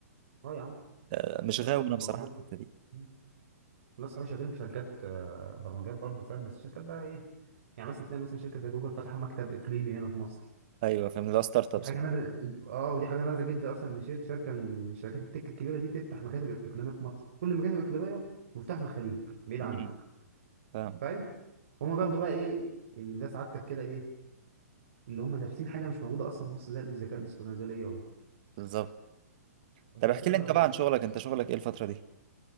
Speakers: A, on the right; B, on the right.
A: اه يا عم
B: آه، مش
A: لا
B: غاوي
A: يا عم
B: انا
A: الموضوع
B: بصراحه
A: متعب
B: على الحته دي
A: مم. ناس صحابي شغالين في شركات آه، برمجيات برضو فاهم بس شركات بقى ايه يعني مثلا تلاقي مثلا شركه زي جوجل فاتحه مكتب اقليمي هنا في مصر
B: ايوه فاهم اللي هو ستارت ابس
A: دي حاجه
B: وكده.
A: نادره اه ودي حاجه نادره جدا اصلا ان شر- شركه من من شركات التك الكبيره دي تفتح مكاتب اقليميه في مصر كل المكاتب الاقليميه مفتوحه في الخليج بعيد عنك
B: أمم، فاهم
A: فاهم هما بياخدوا بقى ايه اللي ده سعادتك كده ايه اللي هم دارسين حاجه مش موجوده اصلا في مصر زي الذكاء الاصطناعي زي الاي اي
B: بالظبط
A: عشان
B: طب احكي
A: كده
B: لي انت بقى عن شغلك انت شغلك ايه الفتره دي